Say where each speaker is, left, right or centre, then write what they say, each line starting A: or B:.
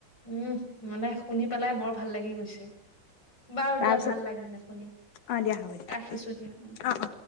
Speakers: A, on the left (about 30°); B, on the left (about 80°).
A: উম মানে শুনি পেলাই বৰ ভাল লাগি গৈছে বাৰু
B: তাৰ
A: দিয়া
B: পিছত
A: ভাল লাগিলে শুনি
B: অ দিয়া হ'ব দিয়া
A: ৰাখিছো দিয়া উ
B: অ অ